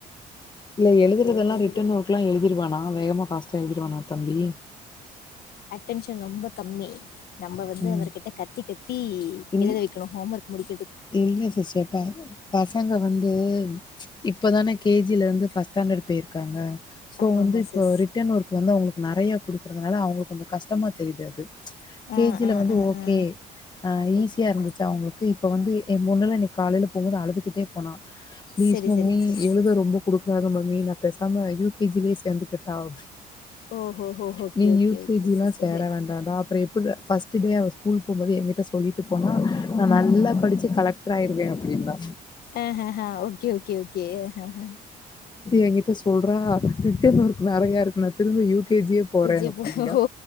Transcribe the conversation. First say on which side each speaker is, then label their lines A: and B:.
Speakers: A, on the left; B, on the left.
A: இல்ல எழுதுறதெல்லாம்
B: போதா
A: ரிட்டன்
B: கூட
A: ஒர்க் எல்லாம் எழுதிருவானா வேகமா பாஸ்டா எழுதிருவானா தம்பி
B: அடென்ஷன் ரொம்ப கம்மி நம்ம வந்து
A: ம்
B: அவர்கிட்ட கத்தி கத்தி
A: இல்
B: எழுத வைக்கணும் ஹோம் ஒர்க் முடி
A: இல்ல சிஸ்டர்ப் ப பசங்க வந்து இப்பதானே கேஜில இருந்து பஸ் ஃபஸ் ஸ்டாண்டர்ட் போயிருக்காங்க சோ
B: ஆமா,
A: வந்து
B: ஆமா
A: இப்போ
B: சிஸ்.
A: ரிட்டர்ன் ஒர்க் வந்து அவங்களுக்கு நிறைய கொடுக்குறதுனால அவங்களுக்கு கொஞ்சம் கஷ்டமாக தெரியு அது கேஜில
B: ஆ, ஆ,
A: வந்து
B: ஆ,
A: ஓகே
B: ஆ.
A: அஹ் ஈஸியா
B: ஓகே.
A: இருந்துச்சா உங்களுக்கு இப் இப்ப வந்து என் பொன்னுலா இன்னைக்கு காலில போகும்ோது அழுதுகிட்டே போன பிளீஸ்
B: சரி,
A: மம்மி
B: சரிங்க சிஸ்.
A: எழுத ரொம்ப குடுக்குறாங்க மம்மி நான் பேசாம யூகேஜிலயே சேர்ந்து கட் அவுது
B: ஓஹோஹோ! ஓகே,
A: நீ
B: ஓகே,
A: யூகேஜி
B: ஓகே
A: எல்லா
B: சிஸ்டர்.
A: சேர வேண்டா டா அப்றே எப்புறா ஃபர்ஸ்ட் டே அவ ஸ்கூல் போகும்போது எங்க்கிட்ட சொல்லிட் போனா நா நல்லா படிச்சு கலெக்டர் ஆயிருவே அப்டின்னா
B: அ அ ஓகே ஓகே ஓகே அ அ
A: எங்கிட்ட சொல்றா ரிட்டன் ஒர்க் நெறையா இருக்கு நா திரும்ப யூகேஜியே போறே
B: விஜய்பு
A: அப்படிங்கா
B: ஓ